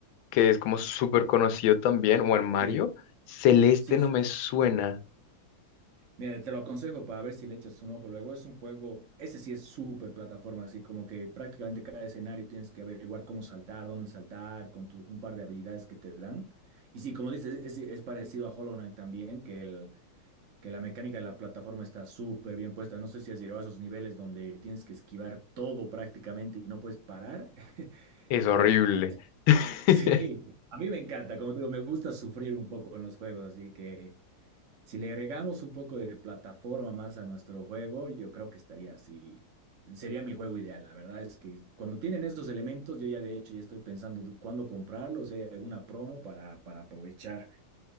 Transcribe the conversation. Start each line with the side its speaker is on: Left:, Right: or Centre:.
Left: que es como súper conocido también, o en Mario.
Right: Sí.
Left: Celeste
Right: Sí,
Left: no me suena,
Right: Mira, te lo aconsejo para ver si le echas un ojo. Luego es un juego, ese sí es súper plataforma, así como que prácticamente cada escenario tienes que averiguar cómo saltar, dónde saltar, con tu- un par de habilidades que te dan. Y sí, como dices, es, es parecido a Hollow Knight también, que, el, que la mecánica de la plataforma está súper bien puesta. No sé si has llegado a esos niveles donde tienes que esquivar todo prácticamente y no puedes parar. <laughs>
Left: es horrible.
Right: Ah,
Left: <laughs>
Right: Sí, a mí me encanta, como te digo, me gusta sufrir un poco en los juegos, así que... Si le agregamos un poco de plataforma más a nuestro juego, yo creo que estaría así. Sería mi juego ideal. La verdad es que cuando tienen esos elementos, yo ya de hecho ya estoy pensando cuándo comprarlos, si hay alguna promo para, para aprovechar.